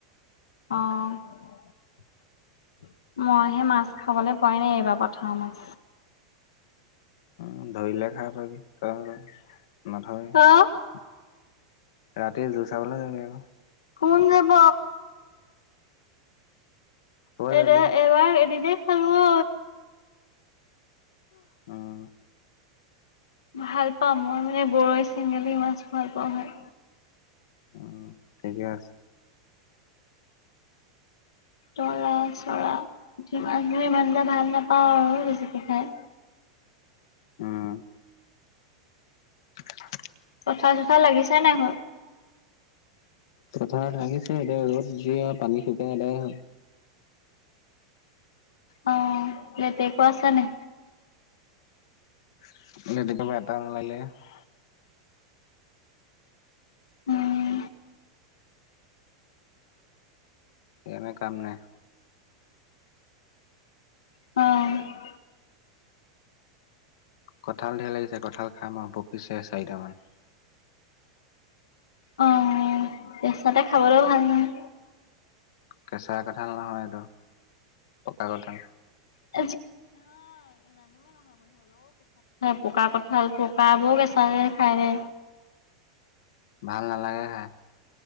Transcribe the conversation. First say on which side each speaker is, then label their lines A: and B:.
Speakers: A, on the left (about 85°); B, on the left (about 70°).
A: অ'। মইহে মাছ খাবলৈ পোৱাই নাই এইবাৰ পথাৰ মাছ।
B: উম ধৰিলে খাব পাবি ত নধয়।
A: অ'
B: ৰাতি যোৰ চাবলৈ যাবে আৰু-
A: কোন যাব?
B: তই
A: এতি
B: যাবি
A: এবাৰ এদিনে খালো।
B: উম
A: ভাল পাওঁ মই মানে বৰৈ, চেংগেলী মাছ ভাল পাওঁ হয়।
B: উ ঠিকে আছে।
A: তৰা চৰা পুঠি মাছবোৰ ইমান এটা ভাল নাপাওঁ আৰু বেছিকে খাই।
B: উম <unintelligible>
A: কঠাল চঠাল লাগিছে নে নাই?
B: কথঠাল থাকিছে এতিয়া ৰ'দ যে আৰু পানী শুকাই এদাই হ'ল।
A: অ লেতেকো আছে নে?
B: <unintelligible>
A: উম,
B: এনে কাম নাই।
A: অ'।
B: কঁঠাল ধেৰ লাগিছে কঠাল খাম আৰু পকিছে চাৰিটামান।
A: অ কেচাতে খাবলৈও ভাল নহয়।
B: কেঁচা কঁঠাল নহয় এইটো পকা কঁঠাল।
A: <inaudible> পকা কঁঠাল প পাব কেচাকে খাই দে।
B: ভাল নালাগে খাই।